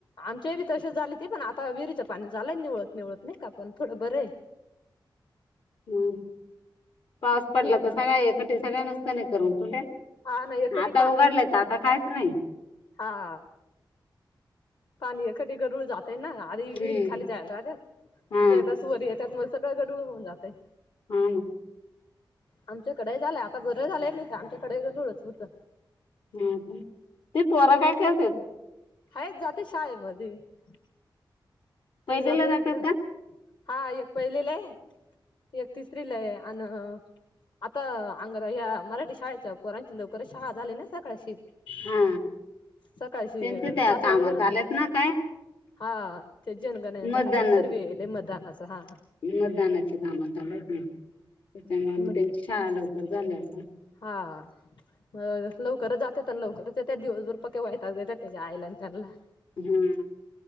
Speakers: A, on the left; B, on the left.
A: आमचे बी तसे झाले ते पण आ विहिरीचं पाणी झालंय निवळत निवळत नाही का पण थोडं बरं आहे
B: हम् पाऊस पडला
A: हम्म
B: तर सगळ एकट सगळ्या नसताना करून तोट्या.
A: ना एकखटी
B: हा आता उघडलाय तर आता कायच नाही.
A: हा हा पाणी एखटी गडूळ जातय ना आधी विहिरी
B: हम्म.
A: खाली जायला राहते
B: हा
A: एकदा सुवरी येतात मस्. सगळं गडूळ होऊन जाते
B: हा
A: आमच्याकडे झालंय आता घर झालंय नाही आमच्याकडे जवडंच होतं
B: अ ते त्रा काय करते
A: आहेच जाते शाळेमध्येध
B: पहिलीला
A: मी जाते
B: जातात
A: इकडं
B: का
A: हा एक पहिलेला आहे एक तिसरी लय आणि आता अंग ह्या मराठी शाळेच्या पोरांची लवकरच शाळा झाली ना सकाळशी
B: हा
A: सकाळशी
B: त्यांच त्या
A: सातलाच
B: कामा
A: भरती
B: चाल्यात ना काय
A: हा ते जनगणचा
B: मतदानात
A: कायतरी सर्व येलेय मैदानाचा हा ह
B: मतदानाची काम झालत ना त्याच्यामुळे
A: मग
B: त्यांची शाळा लवकर झाल्या होता
A: हा अ लवकरच जाते तर लवकरच येत दिवसभर पक्क वयता देतात त्याच्या आईला त्यांना
B: हम्म